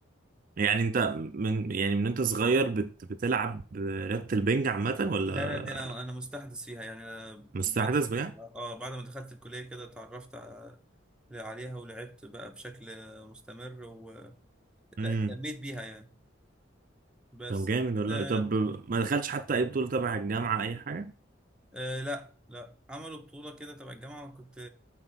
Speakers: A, on the right (about 45°); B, in the centre.
A: يعني انت من يعني من انت صغير بت... بتلعب رياضة البنج عامة ولا
B: لا لا دي أنا أنا مستحدث فيها يعني أنا
A: مستحدث
B: بعد
A: بجد؟
B: ما آه بعد ما دخلت الكلية كده اتعرفت ع- عليها ولعبت بقى بشكل مستمر ولا
A: امم
B: اهتميت بيها يعني بس
A: طب جامد والله
B: آه
A: طب ما دخلتش حتى اي بطولة تبع الجامعة اي حاجة؟
B: آه لا لا عملوا بطولة كده تبع الجامعة وأنا كنت